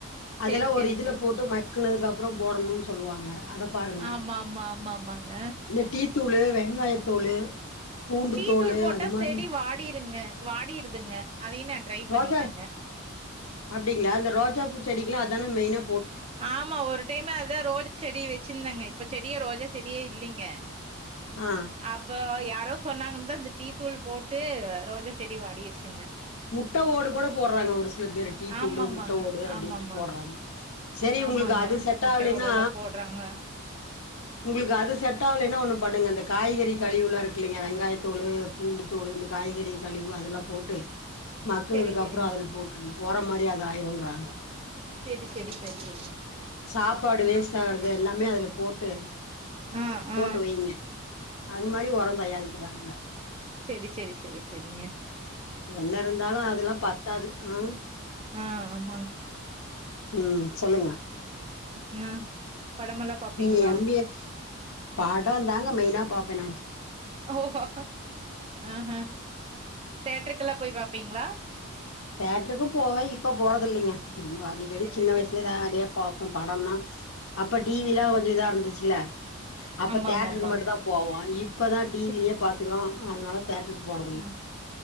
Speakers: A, on the right; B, on the left.
A: சேரி
B: அதெல்லாம்
A: சேரி
B: ஒரு இதுல
A: சேரி
B: போட்டு மக்குனதுக்கு அப்புறம் போடணும்னு சொல்லுவாங்க அத பாருங்க
A: ஆமா ஆமா ஆமாங்க
B: இந்த டீத்தூளு வெங்காயத்தோலு பூண்டு
A: டீ
B: தோலு
A: தூள் போட்டா
B: அது மாரி
A: செடி வாடிருங்க வாடிருதுங்க அதையு நா ட்ரை பண்ணிட்டேங்க
B: ரோஜா அப்டிங்களா அந்த ரோஜா செடிக்கலாம் அதானே மெயினு
A: ஆமா ஒரு டைம்மு அது வந்து ரோஜா செடி வெச்சுருந்தங்க இப்ப செடியே ரோஜா செடியே இல்லீங்க
B: ஆ
A: அப்ப யாரோ சொன்னாங்கன்தா அந்த டீ தூள் போட்டு ரோஜா செடி வாடிருச்சுங்க
B: முட்ட ஓடு கூட போடுறாங்க ஒரு சில பேரு டீதூளு
A: ஆமாமாங்க
B: முட்ட ஓடு அப்டின்ட்டு
A: ஆமாமாங்க
B: போடுறாங்க சேரி
A: ஆமாங்க
B: உங்களுக்கு அது செட்
A: முட்டையோட
B: ஆவுலனா
A: எல்லா போடுறாங்க
B: உங்களுக்கு அது செட் ஆவுலனா ஒண்ணு பண்ணுங்க அந்த க காய்கறி கழிவுளா இருக்கு இல்லீங்க வெங்காயத்தோலு பூண்டு தோலு இந்த காய்கறி கழிவு அதெல்லா போட்டு மக்கனதுக்
A: செரி செரிங்
B: அப்புறோ அதுல போட்ருணு ஒரோ மாரி அது ஆயிருங்குறாங்க
A: செரி செரி செரி செரிங்க
B: சாப்பாடு
A: சாப்பாடு
B: வேஸ்ட் ஆகுறது
A: வேஸ்ட்
B: எல்லாமே
A: ஆகுது
B: அதுல போட்டு
A: ஆ
B: போட்டு
A: ஆ
B: வெயிங்க அது மாரி ஒரோ தயாரிக்கிறாங்க
A: சேரி சேரி சேரி சேரிங்க
B: என்ன இருந்தாலு அதெல்லா பத்தாது ம்
A: ஆ ஆமாங்க
B: ம் சொல்லுங்க
A: ம் படமெல்லா பாப்பீங்களா
B: நீங்க எம் பி ஏ படோ தாங்க மெயினா பாப் ப்ப நான்னு
A: ஓஹோ ஆஆ தேட்டருக்கெல்லா போய் பாப்பீங்களா
B: தேட்டருக்கு போவ இப்ப போறது இல்லீங்க அடிக்கடி
A: செரி
B: சின்ன
A: செரி
B: வயிசுலதா அதே பாப்போ படம்னா அப்ப டிவிலா கொஞ்சோ இதா இருந்துச்சுல அப்ப
A: ஆமா
B: தேட்டருக்கு
A: ஆமா ஆமாங்
B: மட்டுந்தா போவோ இப்பதா டிவிலயே
A: செ
B: பாத்துக்குறோ அதனால தேட்டருக்கு போறதுல்ல
A: அ